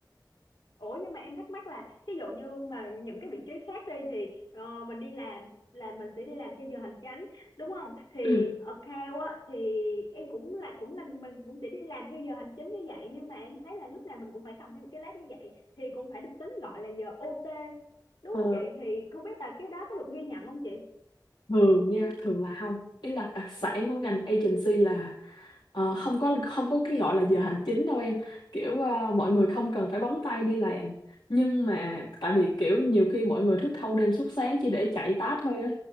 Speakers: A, on the left; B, on the left.
A: Ủa nhưng mà em thắc mắc là thí dụ như mà những cái vị trí khác đi thì ờ, mình đi làm là mình sẽ đi làm theo giờ hành chánh đúng không? Thì
B: Ừ.
A: account á thì em cũng là cũng là mình cũng sẽ đi làm theo giờ hành chính như vậy nhưng mà em thấy là lúc nào mình cũng phải cầm theo một cái laptop như vậy thì cũng phải được tính gọi là giờ OT đúng
B: Ờ,
A: không chị? Thì không biết là cái đó có được ghi nhận không chị?
B: thường nha thường là không ý là đặc sản của ngành
A: Ừ.
B: agency là ờ, không có không có cái gọi là giờ hành chính đâu em kiểu ờ, mọi người không cần phải bấm tay đi làm nhưng mà tại vì kiểu nhiều khi mọi người thức thâu đêm suốt sáng chỉ để chạy task thôi á